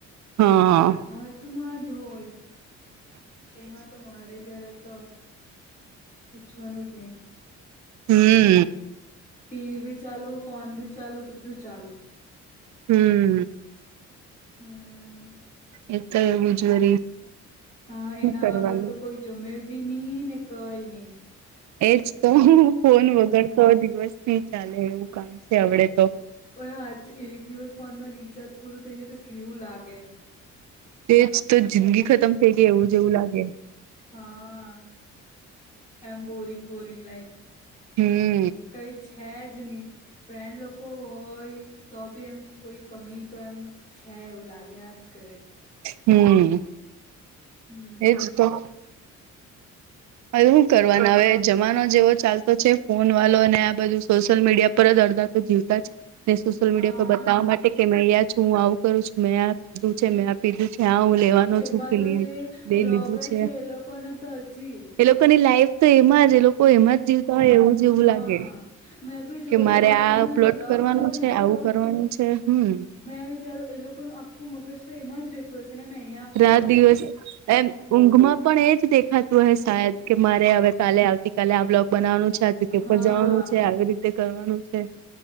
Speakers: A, on the right; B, on the left.
A: હા
B: હાથ માં જ હોય તેમાં તો મારે ઘરે તો પૂછવાનું જ નઇ.
A: હમ
B: ટીવી ભી ચાલુ ફોન ભી ચાલુ બધું ચાલુ.
A: હમ
B: હમ
A: એ તો એવું જ <inaudible>
B: હા એના
A: કરવાનું
B: વગર તો કોઈ જમે બી નઈ ને કઈ નઈ.
A: એજ તો ફોન
B: હા
A: વગર તો દિવસ થી ચાલે એવું કામ છે આવડે તો.
B: ઓ આજ એક દિવસ ફોનમાં રિચાર્જ પૂર થઈ જાય તો કેવું લાગે.
A: તેજ તો જિંદગી ખતમ થઈ ગઈ એવું જેવું લાગે.
B: હા આ એમ બોરિંગ બોરિંગ લાઈફ.
A: હમ
B: કઈ છે જ નઇ. ફ્રેન્ડ લોકો હોય તો બી એમ કોઈ કમી એમ છે એવું લાગ્યા જ કરે.
A: હમ
B: હમ
A: એજ તો હવે હું કરવાના હવે જમાનો જેવો ચાલતો છે ફોન વાળો અને આ બધું સોશિયલ મીડિયા પર જ અરધા તો જીવતા જ ને સોશિયલ મીડિયા
B: હા
A: પર બતાવા માટે કે મેંયા છું હું આવું કરું છું મેં આ ખાધું છે મે આ. પીધું છે હા હું લેવાનો
B: તેમાં
A: છું કે
B: તો
A: લે
B: જે બ્લોગર
A: લીધું છે.
B: <unintelligible> તો હજુ.
A: એ લોકોની લાઈફ તો એમાં જ એ લોકો એમાં જ જીવતા હોય એવું જ
B: હા
A: એવું લાગે.
B: મેં બી જો
A: કે મારે
B: એ લોકોનું
A: આ
B: એમ
A: પ્લોટ
B: બ્લોગ
A: કરવાનું
B: જોઉં
A: છે
B: ને
A: આવું
B: તો
A: કરવાનું છે હમ.
B: મેં વિચારો એ લોકો ન આખું મગજ છે એમાં જ રત તો સે ને મેઘ
A: રાત દિવસ એમ ઊંઘમાં પણ એજ દેખાતું હ શાયદ. કે મારે હવે કાલે આવતી કલે આ બ્લોગ બનાવાનું છે <unintelligible>
B: હા
A: જવાનું છે આવી રીતે કરવાનું છે